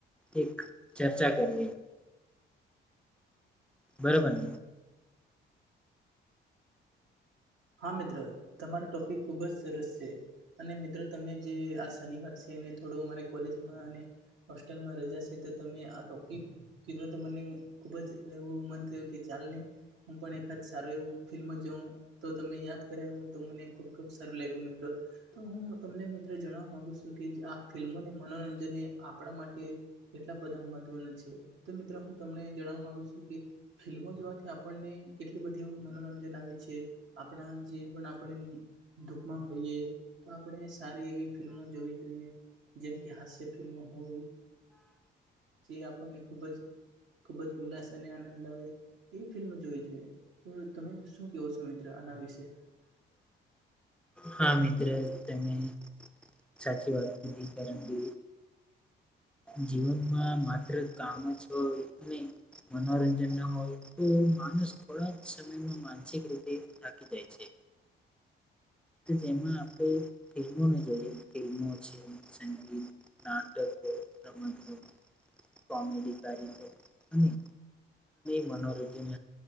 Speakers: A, in the centre; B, on the right (about 75°).
A: એક ચર્ચા કરીલી બરોબર
B: હા મિત્ર તમારા ટોપિક ખુબ જ સરસ છે અને મિત્રો તમે જે આ શનિવાર છે એને થોડું અમારે કોલેજમાં અને હોસ્ટેલમાં રજા છે તો તમે આ ટોપિક કીધો તો મને ખુબ જ એવું મન થયું કે ચાલ ને હું પણ એકાદ સારું એવું ફિલ્મ જઉં તો તમે યાદ કરાવ હું તો મને ખુબ ખુબ સારું લાગ્યું મિત્ર તો હું તમને મિત્રો જણવા મામાંગુ છું કે આ ફિલ્મોને મનોરંજનને આપણા માટે કેટલા બધા મહત્વનું છે તો મિત્રો હું તમને જણાવવા માંગુ છું કે ફિલ્મો જોવાથી આપણને કેટલી બધી મનોરંજન આવે છે આપણા જે પણ આપણે દુઃખમાં હોઈએ તો આપણે સારી એવી ફિલ્મો જોવી જોઈએ જેમ કે હાસ્ય ફિલ્મ હોય જે આપણને ખૂબ જ ખુબ જ ઉલ્લાસ અને આનંદ લાવે એવી ફિલ્મ જોવી જોઈએ તો તમે શું કેવો સમય મિત્ર અના વિશે
A: હા મિત્ર તમે સાચી વાત કીધી કારણ કે જીવનમાં માત્ર કામ છ ન મનોરંજન ના હોય તો માણસ થોડા જ સમયમાં માનસિક રીતે થાકી જાય છે જેમાં આપણે ફિલ્મોને જોઈએ ફિલ્મો છે સંગીત નાટકો સમજો કોમેડી કારો અને મનોરંજન